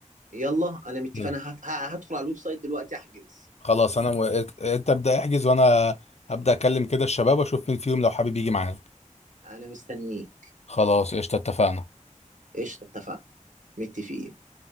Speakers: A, on the right; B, on the left.
A: يلا انا متفق
B: يلا.
A: انا هت- ه- هدخل على الويب سايت دلوقتي احجز
B: خلاص انا و... انت ابدا احجز وانا هبدا اكلم كده الشباب واشوف مين فيهم لو حابب يجي معانا
A: انا مستنيك
B: خلاص قشطة اتفقنا
A: قشطة اتفقنا متفقين